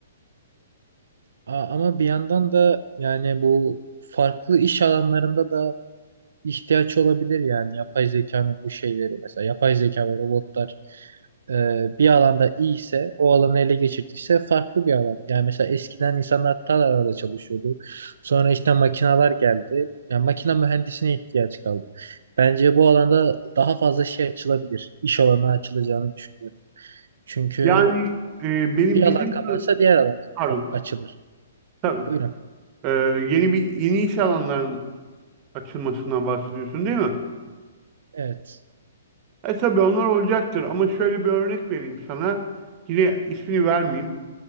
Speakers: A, on the right (about 75°); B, on the right (about 30°).
A: A- Ama bir yandan da yani bu farklı iş alanlarında da ihtiyaç olabilir yani yapay zekanın bu şeyleri mesela yapay zeka ve robotlar e, bir alanda iyi ise o alanı ele geçirdiyse farklı bir alan. Yani mesela eskiden insanlar tarlalarda çalışıyordu. Sonra işte makineler geldi. Yani makine mühendisine ihtiyaç kaldı. Bence bu alanda daha fazla şey açılabilir. İş alanı açılacağını düşünüyorum. Çünkü
B: Yani e, benim
A: bir alan
B: bildiğim kı-
A: kapanırsa diğer alan
B: pardon
A: kap- açılır.
B: tabii
A: Buyurun.
B: E, yeni bir yeni iş alanlarının açılmasından bahsediyorsun değil mi?
A: Evet.
B: E tabii onlar olacaktır ama şöyle bir örnek vereyim sana. Yine ismini vermeyeyim.